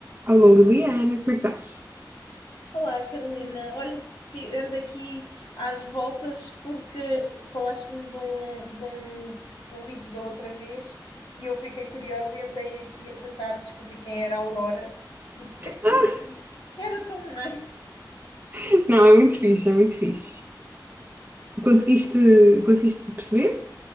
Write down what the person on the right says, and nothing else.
Alô Liliana, como é que estás?
Ah,
<laughs> Não, é muito fixe, é muito fixe. Conseguiste, conseguiste perceber?